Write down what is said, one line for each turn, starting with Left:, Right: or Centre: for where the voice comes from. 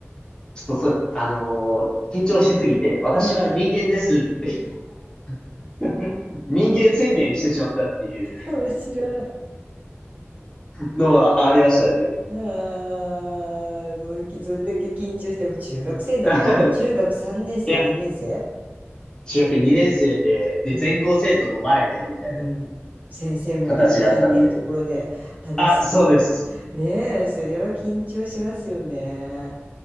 Left: ちょっとそ、あのー緊張しすぎて、私は人間ですって
Right: うん。
Left: <laughs>、人間宣言してしまったっていう
Right: 面白い。
Left: のはありましたね。
Right: ああ、もうきそれだけ緊張して、でも中学生だもんね。
Left: <laughs>
Right: 中学3年生、
Left: いや、
Right: 2年生
Left: 中学2年生で、
Right: それだ
Left: で、
Right: うん、
Left: 全校生徒の前で、みたいな
Right: うん。先生もみんな聞いてるところで話するのは、
Left: 形だったんで。あ、そうです。
Right: ねえ、それは緊張しますよね。